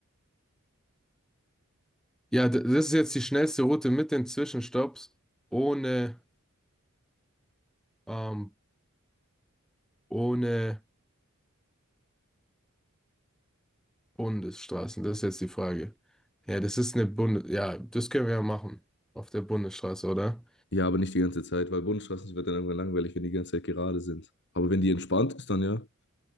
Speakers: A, in the centre; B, on the left (about 55°).
A: Ja, d- das ist jetzt die schnellste Route mit den Zwischenstopps ohne, ähm, ohne Bundesstraßen. Das ist jetzt die Frage. Ja, das ist eine Bundes, ja, das können wir ja machen auf der Bundesstraße, oder?
B: Ja, aber nicht die ganze Zeit, weil Bundesstraßen wird dann irgendwann langweilig, wenn die ganze Zeit gerade sind. Aber wenn die entspannt ist, dann ja,